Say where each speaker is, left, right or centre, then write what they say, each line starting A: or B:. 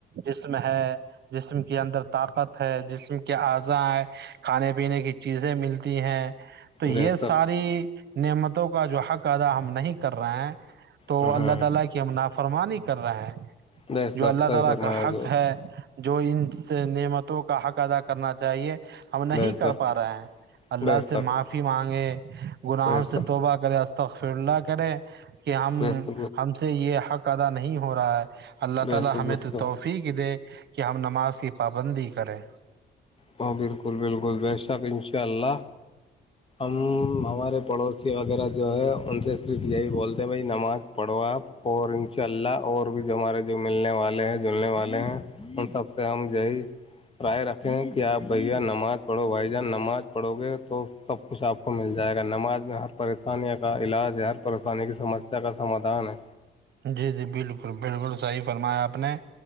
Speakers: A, on the right; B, on the left.
A: اسم ہے جسم کے اندر ط پت ہے جسم کیا اضاں کھانے پینے کی چیزیں مل تی ہے تو یہ
B: بے شک
A: ساری نعمتوں کا جو حق ادا ہم نہیں کر رہے ہیں تو
B: ہاں
A: اللہ اللہ کہ ہم نا فرمانیے کر رہا ہے
B: بیس
A: جو
B: سب
A: اللہ
B: صحیح
A: تعالی
B: فرمایا
A: کا حق
B: جو
A: ہے جو ان سے نعمتوں کا حق ادا کرنا چاہیے ہم نہیں
B: بیس
A: کر
B: سب
A: پا رہے ہیں اللہ
B: بیس
A: سے
B: سب
A: معافی مانگے گناہوں
B: بیس
A: سے
B: سب بیس سک
A: توبہ کرے استخ اللہ کرے کہ ہم
B: بیس سک
A: ہم سے یہ ادا نہیں ہو رہا ہے اللہ
B: بیس
A: تعالی
B: سک
A: ہمیں
B: بیس
A: تو
B: سک
A: توفیق دے کہ ہم نماز کی پابندی کریں
B: ہاں بالکل بالکل بے شک انشاء اللہ ہ ہمار پڑوس ے وغیرہ جو ہے ان سے صرف یہی بولتے ہیں بھائی نماز پڑھو آپ اور ان شاء اللہ اور بھی جو ہمارے جو ملنے والے ہیں جلنے والے ہیں ان سب سے ہم یہی رائے رکھیں کیا آپ بھیا نماز پڑھو بھائی جان نماز پڑھو گے تو سب کچھ آپ کو مل جائے گا نماز میں ہر پریشانی کا علاج ہے ہر پریشانی کی سمسیا کا سمادھان ہے
A: جی جی بالکل بالکل صحیح فرمایا آپ نے